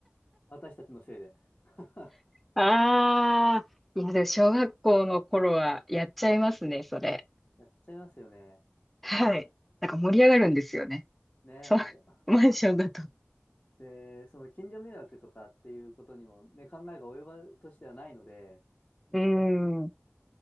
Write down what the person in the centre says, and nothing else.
ああ。いや、でも小学校の頃はやっちゃいますね、それ。
はい。なんか盛り上がるんですよね。
そう。マンションだと。
うーん。う